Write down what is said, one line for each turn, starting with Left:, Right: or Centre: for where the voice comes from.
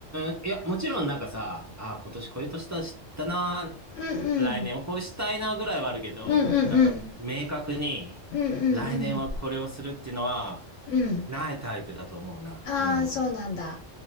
Right: ーん。いや、もちろんなんかさ、あー今年こういう年だしたな。
Left: うんうん
Right: 来年はこうしたいなぐらいはあるけど、
Left: うんうんうん
Right: なんか明確に来年はこれをするっていうのは
Left: うんうんうんうん
Right: ないタイプだと思うな。
Left: ああ、
Right: うん。
Left: そうなんだ。